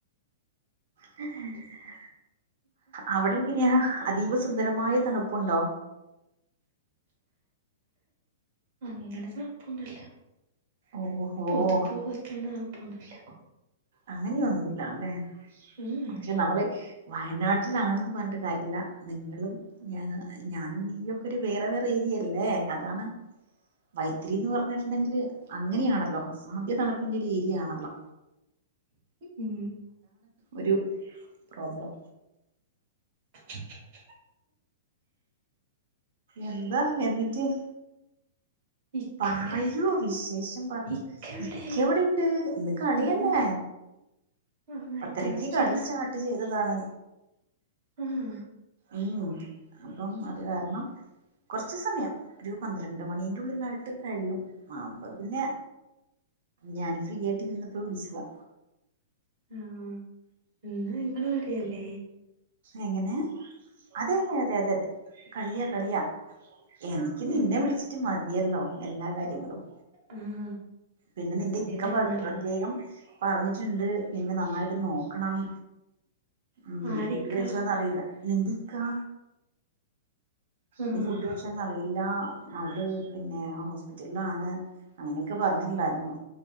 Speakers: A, on the right; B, on the right.
A: <unintelligible> അവിടെങ്ങനെയാ അതീവ സുന്ദരമായ തണുപ്പുണ്ടോ?
B: അങ്ങനെ തണുപ്പൊന്നുല്ല.
A: ഓഹോ
B: പൊതപ്പ് പൊതക്കേണ്ട തണപ്പൊന്നുല്ല.
A: അങ്ങനെയൊന്നും ഇല്ല അല്ലേ
B: ഉം
A: പക്ഷെ നമ്മള് വയനാട്ടിലാണെന്ന് പറഞ്ഞിട്ട് കാര്യമില്ല നിങ്ങളും ഞ ഞാനും നീയൊക്കെ ഒരു വേറെ വേറെ ഏരിയല്ലേ അതാണ് വൈത്രിന്ന് പറഞ്ഞിട്ടുണ്ടെങ്കില് അങ്ങനെയാണല്ലോ അസാധ്യ തണുപ്പിന്റെ ഒരു ഏരിയയാണല്ലോ.
B: ഉം
A: ഒരു പ്രോബ്ലം
B: <unintelligible>
A: എന്താ എന്നിറ്റ്?
B: ഇക്കവിടെ
A: പറയൂ വിശേഷം പറയൂ.
B: ഇക്കവിടെ
A: ഇക്ക എവിടെ ഇണ്ട്. ഇന്ന് കളിയല്ലേ?
B: ആഹ് ആഹ്
A: പത്തരക്ക്
B: എത്ര മണിക്കാ
A: കളി സ്റ്റാർട്ട് ചെയ്തതാണ്
B: ആഹ
A: അ്യോ അപ്പം അത് കാരണം കുറച്ചു സമയം ഒരു പന്ത്രണ്ട് മണീറ ഉള്ളിലായിട്ട് കഴിയും ആ അപ്പൊ പിന്നെ ഞാന് ഫ്രീ ആയിട്ട് ഇരുന്നപ്പോ വിളിച്ചതാ
B: ആഹ എന്നന്ന് നിങ്ങള അടെയല്ലേ
A: എങ്ങനെ അതെ അതെ അതെ അതെ അതെ കളിയാ കളിയ എനിക്ക്
B: ആഹ്
A: നിന്നെ വിളിച്ചിട്ട് മതിയല്ലോ എല്ലാ കാര്യങ്ങളും
B: ആഹ്
A: പിന്നെ നിന്റെ
B: അതേതായാലും
A: ഇക്ക
B: നല്ലതാ
A: പ്രത്യേകം പറഞ്ഞിട്ടുണ്ട് നിന്നെ നന്നായിട്ട് നോക്കണം ഉ
B: ആരിക്ക
A: ഫുഡ് കഴിച്ചോന്ന അറിയില്ല എന്ക്കാ
B: ആഹ്
A: ന ഫുഡ് വെച്ചന്ന അറിയില്ല അവള് പിന്നെ ഹോസ്പിറ്റലിലാണ് അങ്ങനെയൊക്കെ പറഞ്ഞിട്ടുണ്ടായിരുന്നു